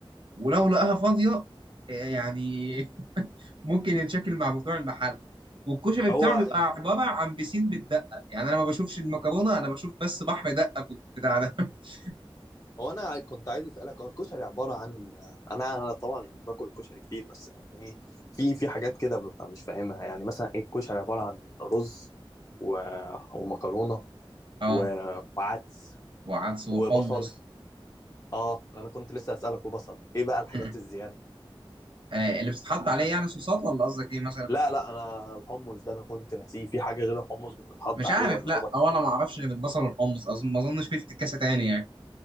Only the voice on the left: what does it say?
هو
هو انا كنت عايز اسالك هو الكشري عباره عن انا انا طبعا يعني باكل الكشري كتير بس يعني ايه في في حاجات كده ببقى مش فاهمها يعني مثلا ايه الكشري عباره عن رز و... ومكرونه
و... وعدس
وبصل اه انا كنت لسه اسالك وبصل ايه بقى الحاجات
الزياده
لا لا انا الحمص ده انا كنت ناسيه في حاجه غير الحمص بتتحط
عليه
ولا
هو